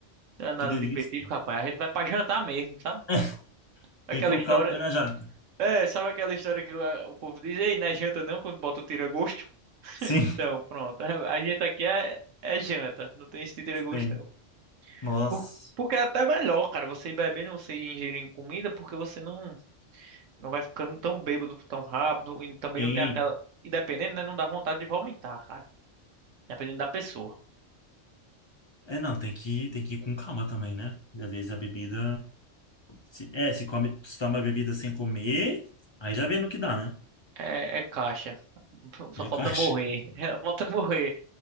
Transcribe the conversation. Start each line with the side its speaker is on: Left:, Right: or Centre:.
Right: Danado
Left: que delícia.
Right: de petisco, rapaz. A gente vai pra jantar mesmo, sabe?
Left: <laughs>
Right: Aquela
Left: Tem que colocar
Right: história.
Left: o pé na jaca.
Right: É, sabe aquela história que o, a- o povo diz, ei, não é janta não, quando bota o tira-gosto? <laughs>
Left: Sim,
Right: Então, pronto. A a gente aqui é, é janta, não tem esse tira-gosto
Left: sim.
Right: não.
Left: Nossa.
Right: Por- porque é até melhor, cara, você ir bebendo, você ir ingerindo comida, porque você não, não vai ficando tão bêbado tão rápido e também
Left: Sim.
Right: não tem aquela... E dependendo, né, não dá vontade de vomitar, cara. Dependendo da pessoa.
Left: É, não, tem que, tem que ir com calma também, né? Às vezes a bebida. Se, é, se come, se toma a bebida sem comer, aí já vê no que dá, né?
Right: É, é caixa. <laughs> Só
Left: É
Right: falta
Left: caixa.
Right: morrer.
Left: <laughs>
Right: <laughs> Falta morrer.